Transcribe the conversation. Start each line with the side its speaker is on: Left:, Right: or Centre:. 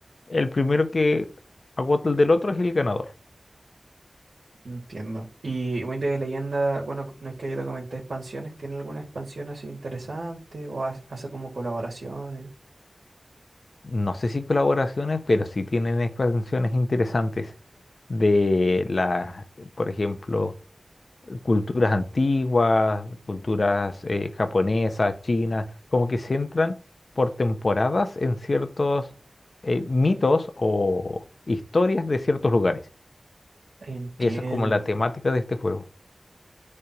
Left: El primero que agota el del otro es el ganador.
Right: Entiendo. Y Mito y Leyenda, bueno, no es que yo te comenté expansiones, ¿tiene alguna expansión así interesante? ¿O ha- hace como colaboraciones?
Left: no sé si colaboraciones, pero sí tienen expansiones interesantes de las, por ejemplo, culturas antiguas, culturas eh, japonesas, chinas, como que se entran por temporadas en ciertos eh, mitos o historias de ciertos lugares.
Right: Entiendo.
Left: Y esa es como la Mm, temática de este juego.